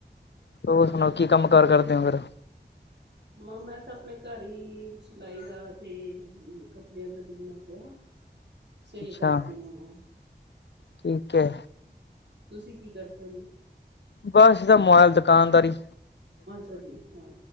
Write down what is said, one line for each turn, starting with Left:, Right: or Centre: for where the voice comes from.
Left: ਹੋਰ ਸੁਣਾਓ, ਕੀ ਕੰਮ-ਕਾਰ ਕਰਦੇ ਹੋ, ਫੇਰ?
Right: ਮ ਮੈਂ ਤਾਂ ਆਪਣੇ ਘਰ ਈ ਸਿਲਾਈ ਦਾ, ਤੇ ਕੱਪੜਿਆਂ ਦਾ ਬਿਜਨਸ ਆ। ਸਿਲ
Left: ਅੱਛਾ
Right: ਕਰਦੀ ਆਂ, ਮੈਂ।
Left: ਠੀਕ ਐ।
Right: ਤੁਸੀ, ਕੀ ਕਰਦੇ ਓ?
Left: ਬਸ ਦੁਕਾਨਦਾਰੀ, ਖੇਤੀਬਾੜੀ।
Right: ਅੱਛਾ ਜੀ ਹਾਂ